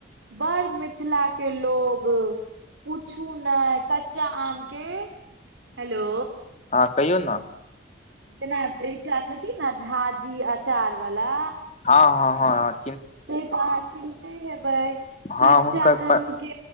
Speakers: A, on the right; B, on the left.
A: बड़ मिथिला के लोग पूछू ने। कच्चा आम के हेलो
B: ह कहियौ न।
A: जेना एकटा छथिन न झा जी अचार वला।
B: ह-ह-ह-ह
A: से त अहा चिन्हते हेबैय
B: हँ
A: कच्चा
B: हुनकर
A: आम के